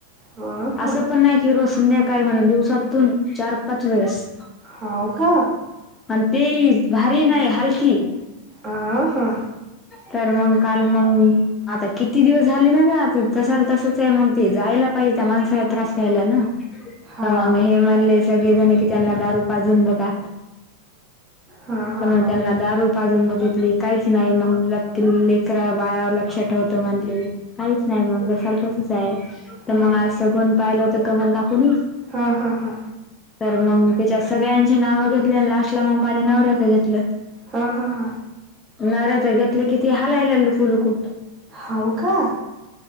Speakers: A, on the right; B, on the left.
A: हा हा
B: असं पण नाही की रोस संध्या काय म्हणा दिवसातून चार पाच वेळेस
A: हो का
B: आणि ते भारी नाही हलकी.
A: आ हां
B: तर मग काल मग आता किती दिवस झाले ना ग तसाला तसच आहे मग ते जायला पाहिजे त्या माणसाला त्रास व्हायला ना
A: हाव
B: तर मग हे म्हणले सगळेजणी की त्यांना दारू पाजून बघा.
A: हा हा
B: ते मग
A: हा
B: त्यांला दारू जून बघितली काहीच नाही मग ल लेकरा बाया लक्षात ठेवत म्हणली काहीच नाही मग जसाल तसच आहे तर
A: हा
B: मग आज सगून पाहिलं होत कमल काकुणी
A: हा-हा-हा
B: तर मग त्यािच्या सगळ्यांची नावं घेतली आणि लास्टला मग माझ्या नवऱ्याचं घेतलं
A: हा हां हां
B: नवऱ्याच घेतलं किती हालायला लुकु लुकू
A: हो का